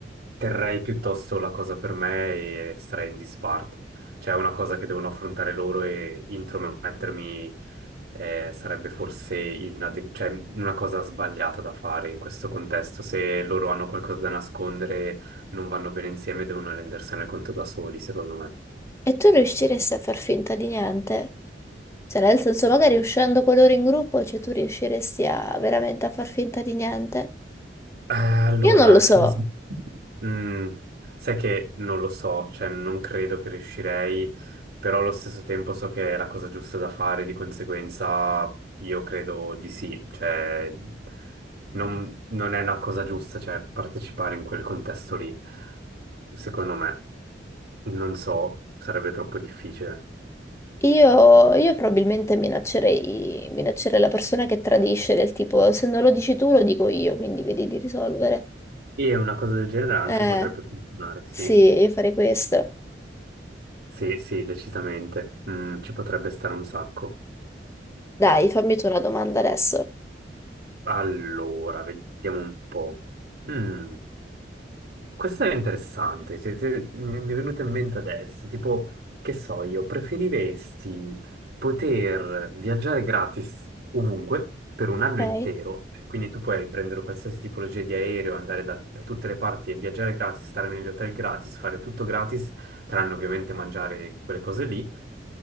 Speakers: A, on the right; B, on the left.
A: terrei piuttosto la cosa per me e starei in disparto. Cioè è una cosa che devono affrontare loro e intromettermi eh, sarebbe forse inadegu- cioè, una cosa sbagliata da fare in questo contesto. Se loro hanno qualcosa da nascondere, non vanno bene insieme, devono rendersene conto da soli, secondo me.
B: E tu riusciresti a far finta di niente? Cioè, nel senso, magari uscendo con loro in gruppo, cioè tu riusciresti a veramente a far finta di niente?
A: Eh, allora,
B: Io non lo
A: nel
B: so.
A: senso- Mm, sai che non lo so, cioè non credo che riuscirei, però allo stesso tempo so che è la cosa giusta da fare, di conseguenza io credo di sì, cioè non, non è una cosa giusta, cioè partecipare in quel contesto lì, secondo me, non so, sarebbe troppo difficile.
B: Io, io probabilmente minaccerei, minaccerei la persona che tradisce, del tipo, se non lo dici tu, lo dico io, quindi vedi di risolvere.
A: E una cosa del genere anche
B: Eh,
A: potrebbe funzionare, sì,
B: sì, io farei questo.
A: sì, sì, decisamente, Mm, ci potrebbe stare un sacco.
B: Dai, fammi tu una domanda adesso.
A: Allora, vediamo un po'. Mm. Questa è interessante, se- se- mi mi è venuta in mente adesso, tipo, che so io, preferiresti poter viaggiare gratis ovunque per un anno
B: Ok?
A: intero, eh, quindi tu puoi prendere qualsiasi tipologia di aereo, andare da, da tutte le parti e viaggiare gratis, stare negli hotel gratis, fare tutto gratis, tranne ovviamente mangiare quelle cose lì,